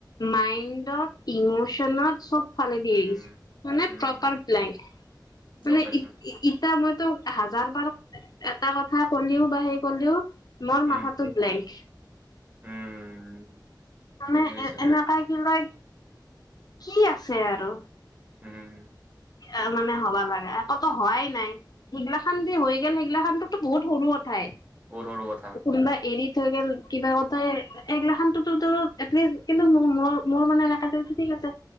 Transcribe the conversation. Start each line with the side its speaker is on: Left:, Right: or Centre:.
Left: মাইণ্ডত, ইমচনত চব ফালি দিয়ে
Right: উম
Left: গিছে, মানে
Right: উম
Left: প্ৰপাৰ ব্লেংক। মানে
Right: গম পাইছো
Left: এতিয়া মইতো হাজাৰ বাৰ এটা কথা কলিও বা সেই কলেওঁ মোৰ
Right: উম
Left: মাথাটো ব্লেং।
Right: উম
Left: মানে
Right: বুজি পাইছো
Left: এ, এনেকা কি লয় কি আছে আৰু।
Right: হুম।
Left: এ, মানে হবা লাগা, আকতো হোৱাই নাই। সেইগিলাখন যে হৈ গ'ল, সেইগিলাখানটোতো বহুত সৰু কথাই।
Right: বহুত সৰু কথা
Left: কোনোবা এৰি থৈ গেল কিবা কথাই এইগিলাখানোতুটো এটলিষ্ট কিন্তুো মোৰ মোৰ মানে এলেকাতে ঠিক আছে।